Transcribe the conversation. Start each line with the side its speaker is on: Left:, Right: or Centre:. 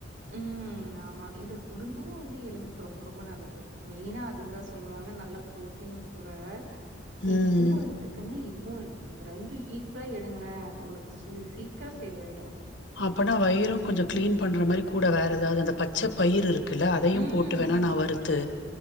Right: ம் ஆமா இதூ உளுந்தூ வந்து எலும்புக்கு ரொம்ப ரொம்ப நல்லது. மெயின்னா அது தா சொல்லுவாங்க நல்ல ப்ரோட்டீனு கூட நீ
Left: ம்
Right: இதுவு எடுத்துக்கங்க. இதுவு எடுத் க்குங்க ரெண்டு ஈக்வலா எடுங்கலே. உங்களுக்கு ச சீக்ர செரி ஆயிடு.
Left: அப்பனா வயிரும் கொஞ்சோ கிளீன் பண்ற மாரி கூட வேற ஏதாவுது அந்த பச்ச பயிருக் குல்ல அதயு
Right: ம்.
Left: போட்டு வேணா நா வறுத்து